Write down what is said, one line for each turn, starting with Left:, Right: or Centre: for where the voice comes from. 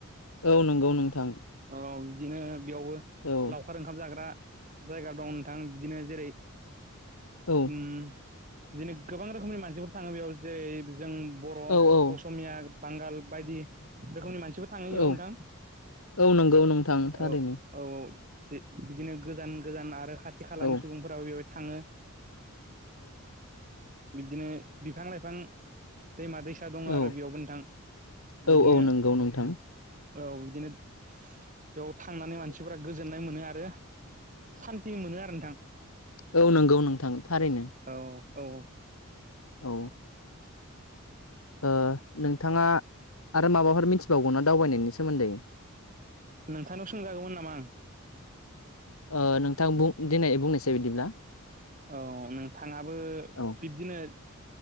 Left: औ नंगौ नोंथां
Right: औ औ बेयावबो
Left: औ
Right: लावखार ओंखाम जाग्रा जायगा दं नोंथां बिदिनो जेरै
Left: औ
Right: उम इदिनो गोबां रोखोमनि मानसिफोर थाङो बेयाव जेरै जों बर'
Left: औ औ
Right: असमिया बांगाल बायदि रोखोमनि मानसिफोर थाङो इयाव
Left: औ
Right: नोंथां
Left: औ नंगौ नोंथां थारैनो
Right: औ औ औ सि बिदिनो गोजान गोजान आरो खाथि खालानि
Left: औ
Right: सुबुंफोराबो बेवहाय थाङो। बिब्दिनो बिफां लाइफां दैमा दैसा दङ
Left: औ
Right: आरो बेयावबो नोंथां बिदिनो
Left: औ औ नंगौ नोंथां
Right: औ बिदिनो बेयाव थांनानै
Left: औ
Right: मानसिफोरा गोजोननाय मोनो आरो सान्थि मोनो आरो नोंथां
Left: औ औ नंगौ नोंथां थारैनो
Right: औ औ
Left: औ ओ नोंथाङा आरो माबाफोर मिथिबावगौना दावबायनायनि सोमोन्दै
Right: नोंथांनाव सोंजागौमोन नामा आं
Left: ओ नोंथां बु दिनै बुंनोसै बिदिब्ला
Right: औ नोंथाङाबो
Left: औ
Right: बिब्दिनो